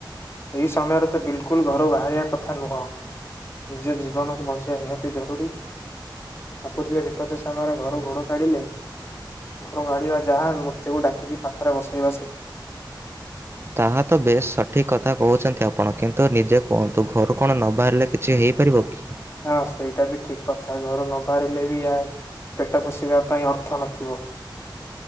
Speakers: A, on the left; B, on the right.
A: ଏହି ସମୟରେ ତ ବିଲକୁଲ ଘରୁ ବାହାରିବା କଥା ନୁହଁ। ନିଜ ଜୀବନକୁ ବଞ୍ଚେଇବା ନିହାତି ଜରୁରୀ ପ୍ରାକୃତିକ ବିପର୍ଯ୍ୟୟ ସମୟରେ ଘରୁ ଗୋଡ କାଢିଲେ ଘରୁ କାଢ଼ିବା ଯାହା ମୃତ୍ୟୁକୁ ଡାକିକି ପାଖରେ ବସେଇବା ସେଇଆ।
B: ତାହା ତ ବେଶ୍ ସଠିକ୍ କଥା କହୁଛନ୍ତି ଆପଣ କିନ୍ତୁ ନିଜ କୁହନ୍ତୁ, ଘରୁ କଣ ନ ବାହାରିଲେ କିଛି ହେଇପାରିବ କି?
A: ହଁ ସେଇଟା ବି ଠିକ କଥା। ଘରୁ ନ ବାହାରିଲେ ବି ୟା ପେଟ ପୋଷିବା ପାଇଁ ଅର୍ଥ ନଥିବ।